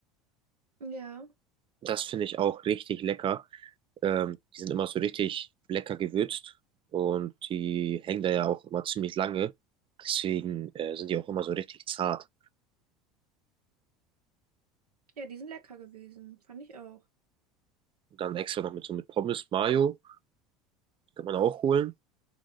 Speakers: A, on the right; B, on the right.
A: Ja,
B: Das finde ich auch richtig lecker. Ähm, die sind immer so richtig lecker gewürzt und die hängen da ja auch immer ziemlich lange. Deswegen äh, sind die auch immer so richtig zart.
A: ja, die sind lecker gewesen. Fand ich auch.
B: dann extra noch mit so mit Pommes, Mayo, kann man auch holen